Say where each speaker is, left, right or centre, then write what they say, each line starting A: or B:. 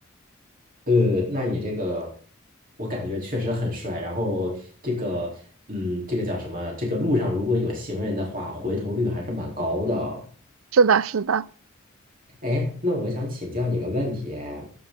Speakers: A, on the right; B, on the right.
A: 呃，那你这个，我感觉确实很帅。然后这个，嗯，这个叫什么？这个路上如果有行人的话，回头率还是蛮高的。
B: 是的，是的。
A: 哎，那我想请教你个问题，哎